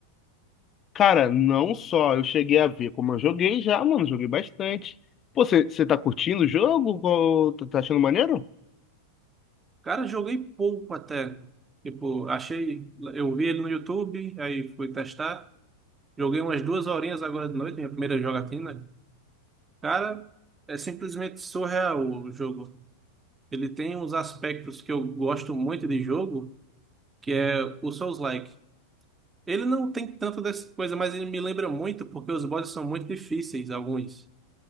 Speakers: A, on the left (about 30°); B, on the right (about 15°).
A: Cara, não só eu cheguei a ver como eu joguei já, mano. Joguei bastante. Pô, você você tá curtindo o jogo? Ô, Tá tá achando maneiro?
B: Cara, joguei pouco até. Tipo, achei. Eu vi ele no YouTube, aí fui testar. Joguei umas duas horinhas agora de noite, minha primeira jogatina. Cara, é simplesmente surreal o jogo. Ele tem uns aspectos que eu gosto muito de jogo. que é o Souls-like. Ele não tem tanto dessa coisa, mas ele me lembra muito, porque os bosses são muito difíceis, alguns.